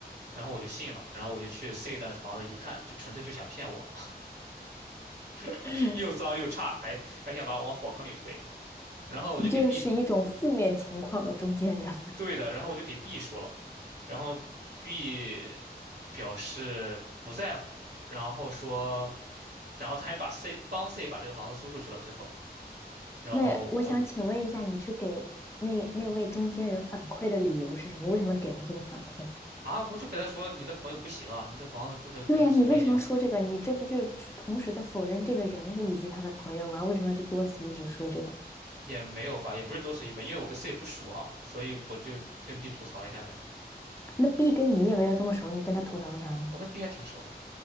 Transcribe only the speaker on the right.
然后我就信了，然后我就去 C 的房子一看，就纯粹就想骗我，<laughs>
又脏又差，还还想把我往火坑里推。然后我就给
B 对的，然后我就给 B 说了，然后 B 表示不在乎，然后说，然后他还把 C 帮 C 把这个房子租出去了，最后，然后我
啊，我就给他说，你的朋友不行啊，你这房子住着跟什么一样。
也没有吧，也不是多此一举吧，因为我跟 C 不熟啊，所以我就跟 B 吐槽一下呗。
我跟 B 还挺熟的